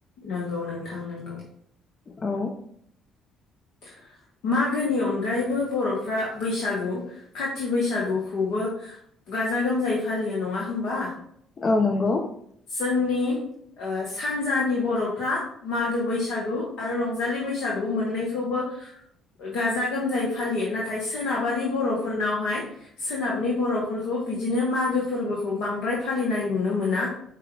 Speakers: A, on the left; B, on the left.
A: नोंगौ नोंथां नोंगौ
B: औ
A: <unintelligible> <inaudible> मागोनि अनगायैबो बर'फ्रा बैसागु खाति बैसागुखौबो गाजा गोमजायै फालियो नङा होमबा
B: औ नंगौ
A: जोंनि ओ सानजानि बर'फ्रा मागो बैसागु आरो रंजालि बैसागु मोननै खौबो गाजा गोमजायै फालियो नाथाय सोनाबारि बर'फोरनावहाय सोनाबनि बर'फोरखौ बिदिनो मागो फोरबोखौ बांद्राय फालिनाय नुनो मोना